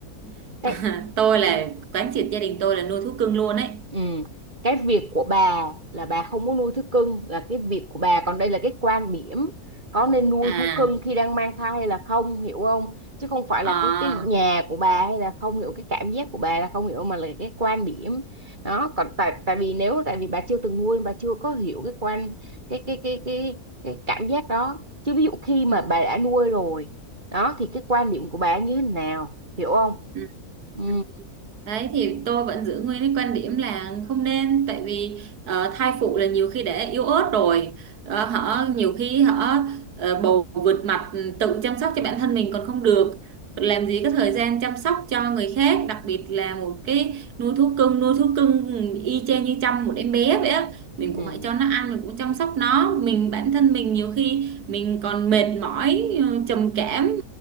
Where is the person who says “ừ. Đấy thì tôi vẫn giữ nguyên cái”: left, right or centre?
Right